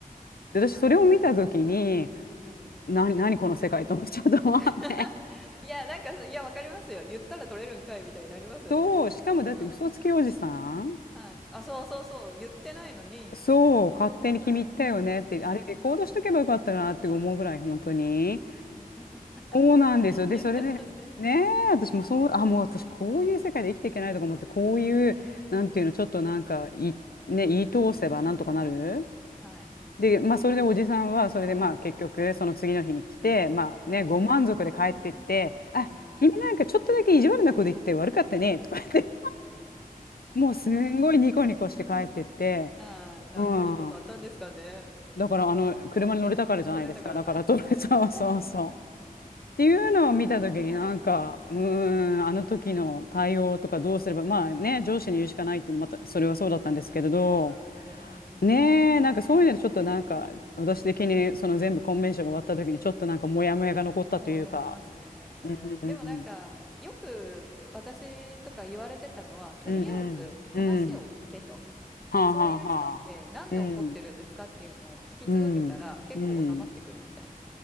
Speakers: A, on the left; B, in the centre.
A: で、私それを見たときに、
B: あ、はいはい。うん。
A: な、何この世界と思っちゃったと思って。
B: <laughs> いや、なんか、いや、わかりますよ。言ったら取れるんかいみたいになりますよね。
A: <laughs> そう、しかもだって嘘つきおじさん
B: うん。はい。あ、そうそうそう。言ってないのに、
A: そう、勝手に気に入ったよねって、
B: はい。うんうんうん。
A: あれレコードしとけばよかったなって思うぐらい、本当に。
B: うんうん。<laughs>
A: そうなんですよ。で、
B: 言ってません。
A: それで、ねえ、私もそう、あ、もう私こういう世界で生きていけないとか思って、こういう、
B: はい。
A: なんていうの、
B: うんうん。
A: ちょっとなんか、い、ね、言い通せばなんとかなる。
B: はい。うんうんうん。
A: で、まあ、それでおじさんは、それでまあ、結局、
B: はい。
A: その次の日に来て、まあね、
B: はい。
A: ご満足で帰ってって、
B: う
A: あ、
B: ーん。
A: 君なんかちょっとだけ意地悪なこと言って悪かったね、とか言って、もうすんごいニコニコして帰ってって、
B: はい。なんかいいことあったんですかね。
A: うん。だから、あの、車に乗れたからじゃないですか。
B: 取れたからないですかね。
A: だから、トラ <laughs> そうそうそう。っていうのを見たときになんか、
B: はい。うんうん。
A: うーん、あの時の対応とかどうすれば、まあね、上司に言うしかないって、また、それはそうだったんですけれど、
B: はい。うんうんうん。
A: ねえ、なんかそういうのでちょっとなんか、私的にその全部コンベンションが終わった時にちょっとなんかモヤモヤが残ったというか、
B: でもやりますね、それ。
A: うんうんうん、
B: でもなんか、よく私とか言われてたのは、とりあえず話うをん、
A: うんうん、うん、
B: 聞けと。
A: はあはあはあ、
B: そういう人ってなんで怒ってるんですかっていうのを聞き続けたら結構収まってくるみたいな。
A: うん、うん、うん。